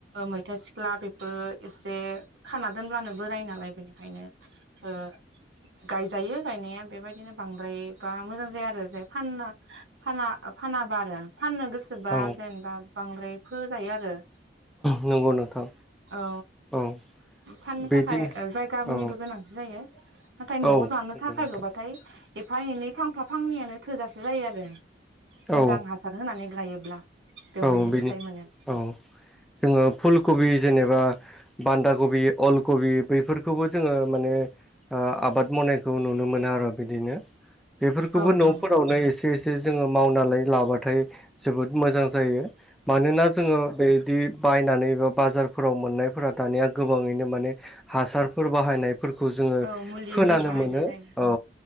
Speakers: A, on the right (about 85°); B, in the centre.
A: मैथा सिख्ला बेफोर एसे खाना दोनब्लानो बोराय नालाय बेनिखायनो ओ गायजायो गायनाया बेबायदिनो बांद्राय बा मोजां जाया आरो जाय फानना फाना फानाबा आरो फाननो गोसोबा
B: औ
A: जेनबा बांद्राय फोजायो आरो।
B: नंगौ नोंथां
A: औ
B: औ
A: फाननो
B: बिदिनो
A: थाखाय जायगानिबो
B: औ
A: गोनांथि जायो। नाथाय न'वाव
B: औ
A: जानो
B: नंगौ
A: थाखायल'बाथाय
B: नोंथां
A: एफा एनै फांफा फांनैयानो थोजासे जायो आरो मोजां
B: औ
A: हासार होनानै गायोब्ला बेवहायनो
B: औ बेनि
A: फिथाइ मोनो।
B: औ जोङो फुल कबि जेनेबा बान्दा कबि अल कबि बैफोरखौबो जोङो माने ओ आबाद मावनायखौ नुनो मोनो आरो बिदिनो बेफोरखौबो
A: औ
B: न'फोरावनो
A: नंगौ।
B: एसे ए से जोङो मावनानै लाबाथाय जोबोद मोजां जायो। मानोना जोङो बेदि बायनानै एबा बाजारफोराव मोननायफोरा दानिया गोबाङैनो माने हासारफोर बाहायनायफोरखौ जोङो
A: औ मुलिफोर
B: खोनानो
A: बाहायनाय
B: मोनो
A: जायो।
B: औ